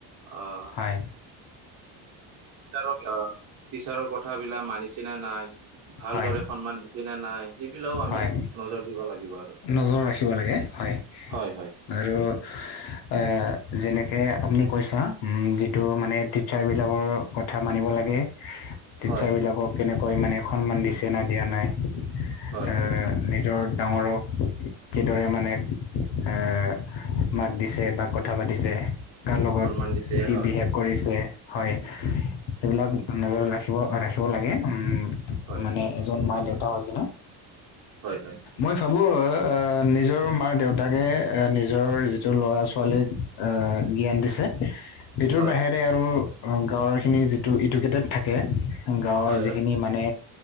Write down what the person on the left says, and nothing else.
হয়।
হয়,
হয়,
নজৰ ৰাখিব লাগে হয়।
আৰু এ যেনেকে আপুনি কৈছা, উম যিটো মানে টিচাৰ বিলাকৰ- কথা মানিব লাগে, - টিচাৰ
বিলাকক কেনেকৈ মানে সন্মান দিছে না দিয়া নাই।
এঁ
নিজৰ ডাঙৰক- কিদৰে মানে এঁ মাত দিছে বা কথা পাতিছে- কাৰ লগত
কি
বিহেভ কৰিছে, হয়। সেইবিলাক নজৰ ৰাখিব ৰাখিব লাগে উম
মানে এজন মা দেউতা হৈ কিনে
মই ভাবো আহ এ নিজৰ মা দেউতাকেহে নিজৰ যিটো লৰা ছোৱালীক আহ জ্ঞান দিছে এইটোৰ
বাহিৰে আৰু অ গাঁৱৰ খিনি যিটো ইডুকেটেড থাকে গাঁৱৰ
যিখিনি
মানে